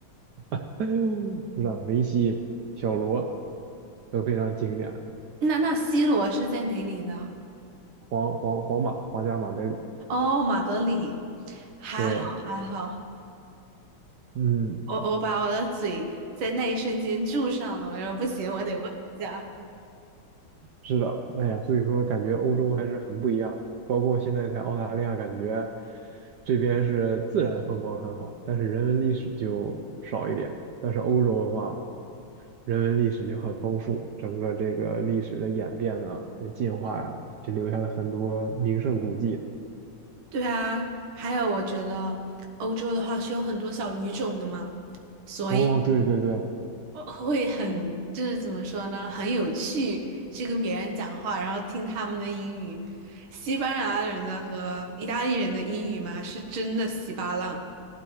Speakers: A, on the right (about 70°); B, on the right (about 85°).
A: <laughs> 是的，梅西、小罗都非常经典，
B: 那那 C 罗是在哪里的？
A: 皇皇皇马、皇家马德里。
B: 哦，马德里，还好还好，
A: 对，嗯，
B: 我我把我的嘴在那一瞬间住上了，我说不行，我得问一下。
A: 是的，哎呀，所以说感觉欧洲还是很不一样，包括现在在澳大利亚，感觉这边是自然风光很好，但是人文历史就少一点。但是欧洲的话，人文历史就很丰富，整个这个历史的演变呢，还有进化呀，就留下了很多名胜古迹。
B: 对啊，还有我觉得欧洲的话是有很多小语种的嘛。所以。
A: 哦，对对对，
B: 哦会很，就是怎么说呢，很有趣，去跟别人讲话，然后听他们的英语，西班牙人的和意大利人的英语嘛，是真的稀巴烂，